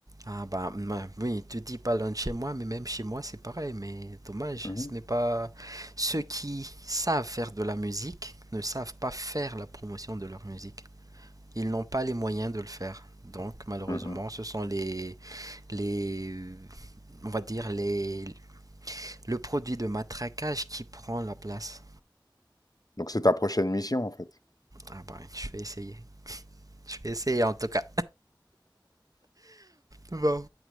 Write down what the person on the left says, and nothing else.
hein.
Mmh
mh. Mmh
Donc c'est ta prochaine mission, en fait?